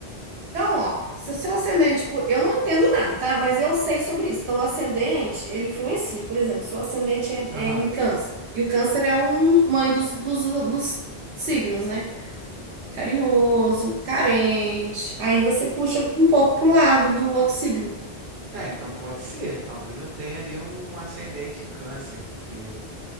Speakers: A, on the right; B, on the right.
A: Então, ó, se o seu ascendente, por, eu não entendo nada, tá? Mas eu sei sobre isso. Então, o ascendente, ele influencia. Por exemplo, se o ascendente é,
B: aham.
A: é em câncer, e o câncer é um mãe dos, dos, dos signos, né? Carinhoso, carente. Aí você puxa um pouco pro lado do outro signo.
B: É, então pode ser, talvez eu tenha ali um ascendente em câncer, porque